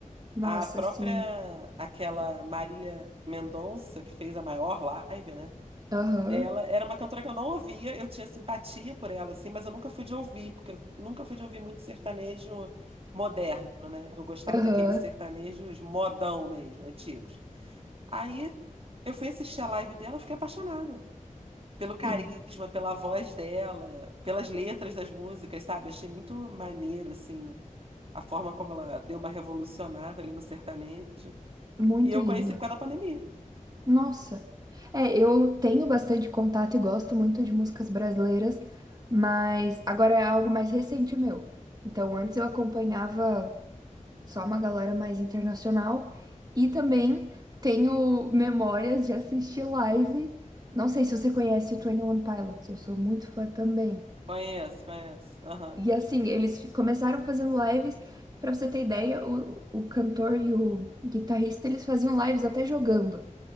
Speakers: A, on the right; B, on the right.
A: Nossa,
B: A própria,
A: sim.
B: aquela Marília Mendonça, que fez a maior live, né?
A: Aham.
B: Ela era uma cantora que eu não ouvia, eu tinha simpatia por ela, assim, mas eu nunca fui de ouvir, porque eu nunca fui de ouvir muito sertanejo moderno, né? Eu gostava
A: Aham.
B: daqueles sertanejos modão mesmo, antigos. Aí eu fui assistir a live dela, eu fiquei apaixonada pelo carisma,
A: Sim.
B: pela voz dela, pelas letras das músicas, sabe? Achei muito maneiro, assim, a forma como ela deu uma revolucionada ali no sertanejo.
A: Muito
B: E eu
A: lindo.
B: conheci por causa da pandemia.
A: Nossa. É, eu tenho bastante contato e gosto muito de músicas brasileiras, mas agora é algo mais recente meu. Então, antes eu acompanhava só uma galera mais internacional e também tenho memórias de assistir live. Não sei se você conhece o twenty One Pilots, eu sou muito fã também.
B: Conheço, conheço. Aham.
A: E assim, eles fi- começaram fazendo lives, pra você ter ideia, o, o cantor e o guitarrista, eles faziam lives até jogando.